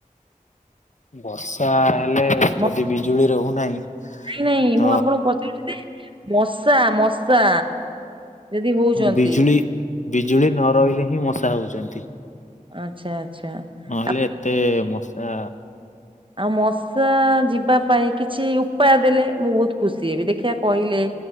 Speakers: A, on the left; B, on the right.
A: ବର୍ଷା ହେଲେ
B: ମ-
A: ଯଦି ବିଜୁଳି ରହୁନାହିଁ
B: ନାଇଁ ନାଇଁ
A: ତ
B: ମୁଁ ଆପଣଙ୍କୁ ପଚାରୁଚି ଯେ ମଶା ମଶା। ଯଦି ହୋଉଚନ୍ତି।
A: ବିଜୁଳି ବିଜୁଳି ନ ରହିଲେ ହିଁ ମଶା ହୋଉଚନ୍ତି।
B: ଆଚ୍ଛା ଆଚ୍ଛା।
A: ନହେଲେ
B: ଆପଣ
A: ଏତେ ମଶା
B: ଆଉ ମଶା ଯିବା ପାଇଁ କିଛି ଉପାୟ ଦେଲେ ମୁଁ ବୋହୁତ ଖୁସି ହେବି ଦେଖିଆ କହିଲେ।